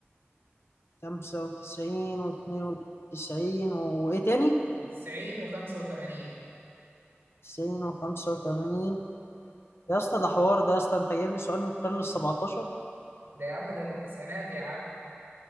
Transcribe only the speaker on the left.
95 و92 وايه تاني
90 و85 يا اسطى ده حوار ده يا اسطى انت جايب لي سؤال من القرن ال 17